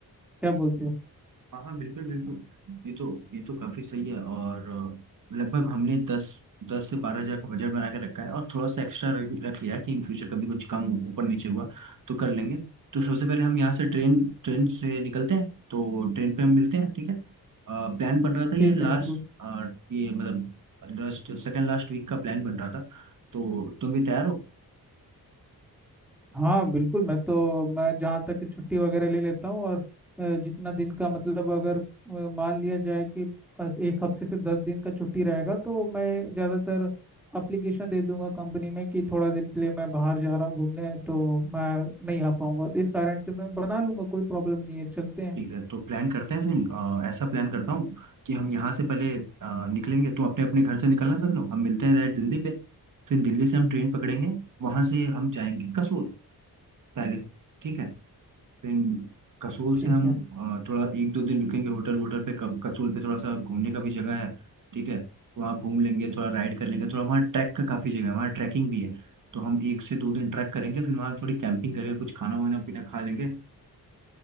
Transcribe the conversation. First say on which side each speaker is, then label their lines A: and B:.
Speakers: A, in the centre; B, on the right (about 55°).
A: क्या बोलते हो
B: हाँ हाँ बिल्कुल बिल्कुल ये तो ये तो काफी सही है और अ, लगभग हमने दस दस से बारह हजार का बजट बना के रखा है और थोड़ा सा एक्स्ट्रा रख रख लिया है कि इन फ्यूचर कभी कुछ कम ऊपर नीचे हुआ तो कर लेंगे तो सबसे पहले हम यहाँ से ट्रेन ट्रेन से निकलते हैं तो ट्रेन पे हम मिलते हैं ठीक है प्लान बन रहा था
A: ठीक
B: ये लास्ट
A: है बिल्कुल
B: ये मतलब लास्ट सेकंड लास्ट वीक का प्लान बन रहा था तो तुम भी तैयार हो
A: हाँ बिल्कुल मैं तो मैं जहाँ तक कि छुट्टी वगैरह ले लेता हूँ और अ, जितना दिन का मतलब अगर अ, मान लिया जाए कि अ, एक हफ्ते से दस दिन का छुट्टी रहेगा तो मैं ज़्यादातर अप्लीकेशन दे दूंगा कंपनी में कि थोड़ा दिन के लिए मैं बाहर जा रहा हूँ घूमने तो मैं नहीं आ पाऊंगा तो इस कारण से मैं बना लूंगा कोई प्रॉब्लम नहीं है चलते हैं
B: ठीक है तो प्लान करते हैं फिर अ, ऐसा प्लान करता हूँ कि हम यहाँ से पहले अ, निकलेंगे तो अपने अपने घर से निकलना सब लोग हम मिलते हैं डायरेक्ट दिल्ली पे फिर दिल्ली से हम ट्रेन पकड़ेंगे वहाँ से हम जाएंगे कसोल पहले ठीक है फिर कसोल
A: ठीक
B: से हम
A: है
B: अ, थोड़ा एक दो दिन रुकेंगे होटल वोटल पे क- कसोल पे थोड़ा सा घूमने का भी जगह है ठीक है तो वहाँ घूम लेंगे थोड़ा राइड कर लेंगे थोड़ा वहाँ ट्रैक का काफ़ी जगह है वहाँ ट्रैकिंग भी है तो हम एक से दो दिन ट्रैक करेंगे फिर वहाँ थोड़ी कैंपिंग करके कुछ खाना वाना पीना खा लेंगे